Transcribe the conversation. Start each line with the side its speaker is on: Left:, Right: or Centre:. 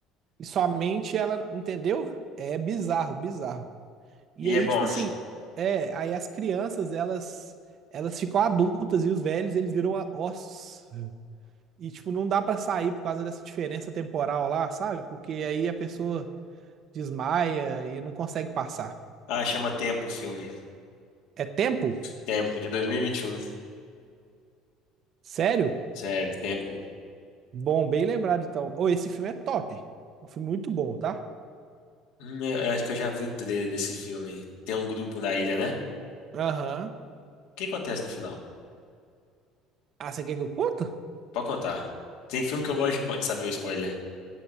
Right: E sua mente, ela, entendeu? É bizarro, bizarro. E
Left: E
Right: aí,
Left: é bom.
Right: tipo assim, é, aí as crianças, elas elas ficam adultas e os velhos, eles viram a- ossos. E tipo, não dá pra sair por causa dessa diferença temporal lá, sabe? Porque aí a pessoa desmaia e não consegue passar.
Left: Ah, chama Tempo o filme.
Right: É tempo?
Left: Tempo, de 2021.
Right: Sério?
Left: Sério, Tempo.
Right: Bom, bem lembrado então. Ô, esse filme é top. É um filme muito bom, tá?
Left: Hum, eu acho que eu já vi o trailer desse filme. Tem um grupo na ilha, né? O
Right: Aham.
Left: que acontece no final?
Right: Ah, você quer que eu conto?
Left: Pode contar. Tem filme que eu gosto de co- de saber o spoiler.